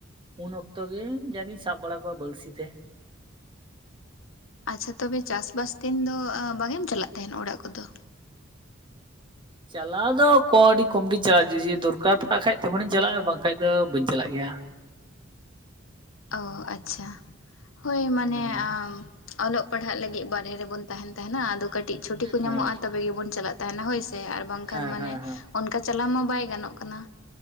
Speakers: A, on the right (about 25°); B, on the left (about 75°).
A: ᱩᱱ ᱚᱠᱛᱚ ᱜᱮ ᱡᱟᱜᱤᱧ ᱥᱟᱵ ᱵᱟᱲᱟ ᱠᱚᱣᱟ ᱵᱟᱹᱲᱥᱤ ᱛᱮ᱾
B: ᱟᱪᱪᱷᱟ, ᱛᱚᱵᱮ ᱪᱟᱥ ᱵᱟᱥ ᱫᱤᱱ ᱫᱚ ᱵᱟᱝᱜᱮᱢ ᱪᱟᱞᱟᱜ ᱛᱟᱦᱮᱱ ᱚᱲᱟᱜ ᱠᱚᱫᱚ?
A: ᱪᱟᱞᱟᱣ ᱫᱚ ᱠᱚ ᱟᱹᱰᱤ ᱠᱚᱢ ᱜᱮ ᱪᱟᱞᱟᱜᱼᱟ᱾ ᱡᱩᱫᱤ ᱫᱚᱨᱠᱟᱨ ᱯᱟᱲᱟᱜ ᱠᱷᱟᱡ ᱛᱚᱠᱷᱚᱱᱤᱧ ᱪᱟᱞᱟᱜᱼᱟ, ᱵᱟᱝᱠᱷᱟᱱ ᱫᱚ ᱵᱟᱹᱧ ᱪᱟᱞᱟᱜ ᱜᱮᱭᱟ᱾
B: ᱚ ᱟᱪᱪᱷᱟ, ᱦᱳᱭ
A: ᱦᱩᱸ
B: ᱢᱟᱱᱮ ᱟᱢ ᱚᱞᱚᱜ ᱯᱟᱲᱦᱟᱜ ᱞᱟᱹᱜᱤᱫ ᱵᱟᱨᱦᱮ ᱨᱮᱵᱚᱱ ᱛᱟᱦᱮᱱ ᱛᱟᱦᱮᱱᱟ᱾ ᱟᱫᱚ ᱠᱟᱹᱴᱤᱡ ᱪᱷᱩᱴᱤ ᱠᱚ
A: ᱦᱮᱸ
B: ᱧᱟᱢᱚᱜᱼᱟ, ᱛᱚᱵᱮ ᱜᱮᱵᱚᱱ ᱪᱟᱞᱟᱜ ᱛᱟᱦᱮᱱ ᱛᱟᱦᱮᱱᱟ ᱦᱳᱭ ᱥᱮ ᱟᱨ ᱵᱟᱝᱠᱷᱟᱱ
A: ᱦᱮᱸ
B: ᱢᱟᱱᱮ
A: ᱦᱮᱸ ᱦᱮᱸ
B: ᱚᱱᱠᱟ ᱪᱟᱞᱟᱣ ᱢᱟ ᱵᱟᱭ ᱜᱟᱱᱚᱜ ᱠᱟᱱᱟ᱾